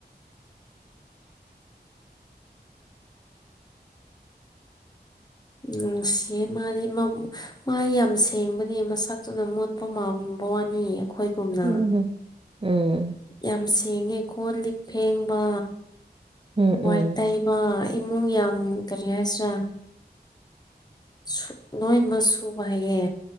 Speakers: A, on the left; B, on the right.
A: ꯎꯝ ꯅꯨꯡꯁꯤ ꯃꯥꯗꯤ ꯃꯕꯨꯛ ꯃꯥ ꯌꯥꯝ ꯁꯦꯡꯕꯅꯦ ꯃꯁꯛꯇꯨꯗ ꯃꯣꯠꯄ ꯃꯥꯝꯕ ꯋꯥꯅꯤ ꯑꯩꯈꯣꯏꯒꯨꯝꯅ
B: <unintelligible> ꯎꯝ
A: ꯌꯥꯝ ꯁꯦꯡꯉꯦ ꯀꯣ ꯂꯤꯛ ꯐꯦꯡꯕ
B: ꯎꯝ ꯎꯝ
A: ꯋꯥꯏ ꯇꯩ ꯕ ꯏꯃꯨꯡ ꯌꯥꯝ ꯀꯔꯤ ꯍꯥꯏꯁꯤ꯭ꯔꯥ ꯁꯨ ꯂꯣꯏꯅꯃꯛ ꯁꯨꯕ ꯍꯩꯌꯦ